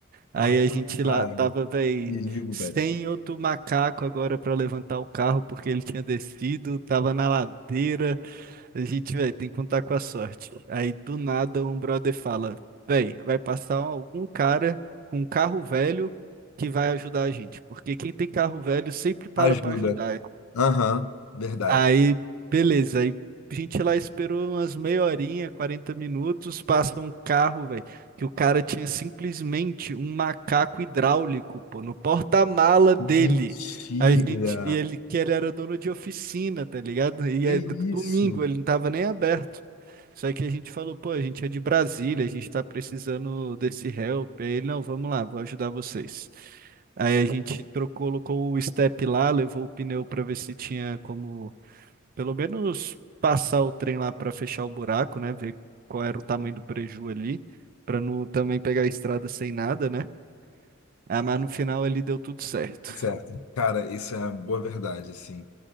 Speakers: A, on the right; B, on the left.
A: Aí
B: Cara,
A: a gente
B: cara,
A: lá tava, velho,
B: perigo,
A: sem
B: velho.
A: outro macaco agora pra levantar o carro, porque ele tinha descido, tava na ladeira. A gente, velho, tem que contar com a sorte. Aí do nada um brother fala: velho, vai passar algum cara com um carro velho que vai ajudar a gente. Porque quem tem carro velho sempre para
B: Ajuda.
A: pra ajudar.
B: Aham, verdade.
A: Aí, beleza. Aí a gente lá esperou umas meia horinha, 40 minutos, passa um carro, velho, que o cara tinha simplesmente um macaco hidráulico, pô, no porta-mala dele.
B: Mentira!
A: A gente, e ele, que ele era dono de oficina, tá ligado? E
B: Que
A: é d-
B: isso?
A: domingo, ele não tava nem aberto. Só que a gente falou, pô, a gente é de Brasília, a gente tá precisando desse help. Aí ele, não, vamos lá, vou ajudar vocês. Aí a gente trocou, colocou o step lá, levou o pneu para ver se tinha como pelo menos passar o trem lá para fechar o buraco, né? Ver qual era o tamanho do preju ali, para não também pegar a estrada sem nada, né? Ah, mas no final ali deu tudo certo.
B: Certo. Cara, isso é a boa verdade, assim.